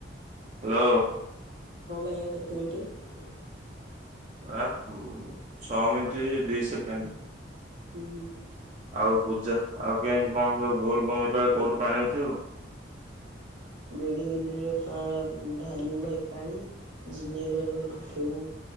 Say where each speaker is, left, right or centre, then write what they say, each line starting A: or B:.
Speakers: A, on the right (about 35°); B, on the right (about 75°).
A: ହ୍ୟାଲୋ।
B: ହଁ ଭାଇ ଆଉ କେତେ ମିନିଟ୍?
A: ଆ ଉଁ ଛଅ ମିନିଟ ଦି ସେକେଣ୍ଡ
B: ହୁଁ।
A: ଆଉ ପୂଜା ଆଉ କେମିତି କଣ ହୁଏ ଵୋଲବମ ବେଳେ କୋଉଠୁ ପାଣି ଉଠେଇବ
B: ବଡ଼ବିଲି ରେ ପାଁ ଭା ଭାନୁ ପାଣି ଜିନେଲ ରୁ ଉଠେଇବୁ